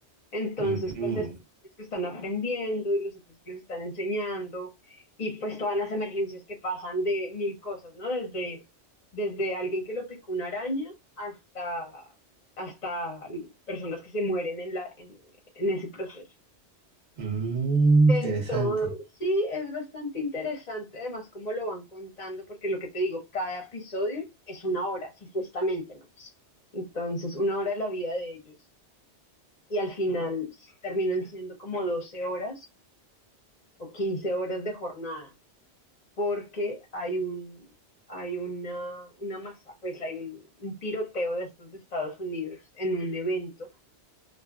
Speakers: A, on the left; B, on the right.
A: Entonces,
B: Mm,
A: pues estos que están aprendiendo y los otros que les están enseñando y pues todas las emergencias que pasan de mil cosas, ¿no? Desde desde alguien que lo picó una araña hasta, hasta personas que se mueren en la, en, en ese proceso.
B: mm,
A: Entonces,
B: interesante.
A: sí, es bastante interesante, además, cómo lo van contando, porque lo que te digo, cada episodio es una hora, supuestamente, ¿no? Pues, entonces, una hora de la vida de ellos. Y al final terminan siendo como 12 horas o 15 horas de jornada. porque hay un, hay una, una masa, pues hay un, un tiroteo de estos de Estados Unidos en un evento.